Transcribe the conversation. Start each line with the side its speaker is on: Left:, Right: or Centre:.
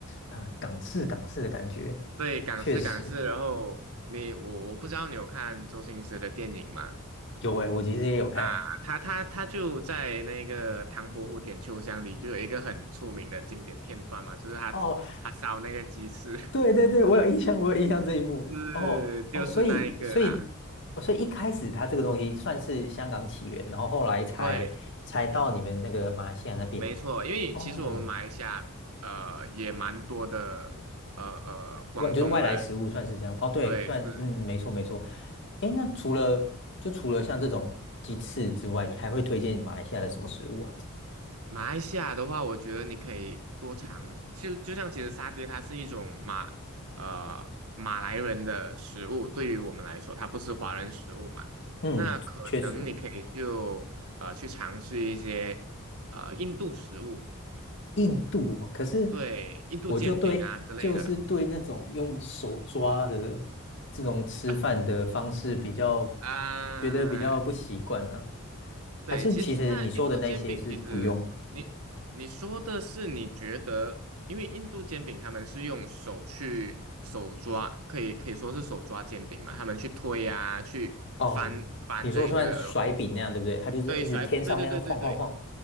Left: 呃港式港式的感觉，
Right: 对港式港式，
Left: 确实
Right: 然后你我我不知道你有看周星驰的电影吗？
Left: 有诶，我其实也有看。
Right: 啊，他他他就在那个唐伯虎点秋香里就有一个很出名的经典片段嘛，就是他他烧那个鸡翅。
Left: 哦，对对对，我有印象，我有印象这一幕。
Right: 是，
Left: 哦哦，
Right: 就是那一个啦。
Left: 所以所以哦所以一开始它这个东西算是香港起源，然后后来才才到你们那个马来西亚那边。
Right: 对，没错，因为其实我们马来西亚呃也蛮多的呃呃广东人。
Left: 哦，外就是外来食物算是这样。哦，对，
Right: 对，
Left: 算嗯，
Right: 是
Left: 没错没错。诶，那除了就除了像这种鸡翅之外，你还会推荐马来西亚的什么食物啊？
Right: 马来西亚的话，我觉得你可以多尝，就就像其实沙爹它是一种马呃马来人的食物，对于我们来说，它不是华人食物嘛。
Left: 嗯，
Right: 那可能你可以就呃去尝试一些
Left: 确实。
Right: 呃印度食物，
Left: 印度哦可是
Right: 对，印度煎饼啊之类的。
Left: 我就对，就是对那种用手抓的这种吃饭的方式比较
Right: <laughs> 啊，
Left: 觉得比较不习惯了。
Right: 对，
Left: 还是其实你说的那一些是不用
Right: 其实那印度煎饼其实你你说的是你觉得，因为印度煎饼他们是用手去手抓，可以可以说是手抓煎饼嘛，他们去推啊，去翻翻这个，
Left: 哦，你说算甩饼那样对不对？
Right: 然后
Left: 它就是一直天上那样晃晃晃，
Right: 对甩，对对对对对